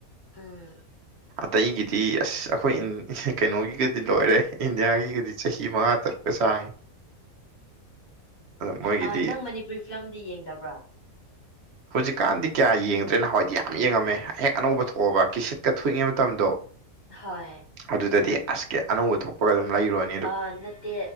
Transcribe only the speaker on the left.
ꯎꯝ
<inaudible>
ꯑ ꯅꯪ ꯃꯅꯤꯄꯨꯔꯤ ꯐꯤꯂꯝꯗꯤ ꯌꯦꯡꯗꯕ꯭ꯔꯥ
ꯍꯣꯏ
ꯑ ꯅꯠꯇꯦ